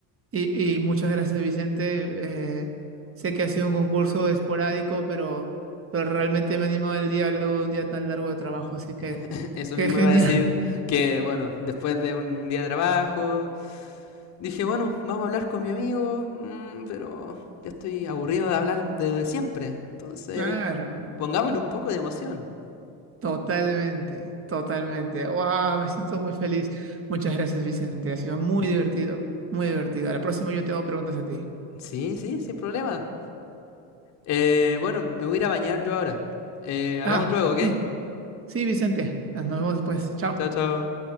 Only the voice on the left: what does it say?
<laughs> Eso
mismo
iba a decir
que, bueno, después de un día de trabajo, dije, bueno, vamos a hablar con mi amigo, mm, pero ya estoy aburrido de hablar de, de siempre. Entonces,
pongámosle un poco de emoción.
Sí, sí, sin problema. Eh, bueno, me voy a ir a bañar yo ahora. Eh, hablamos
luego, ¿ok?
Chao, chao.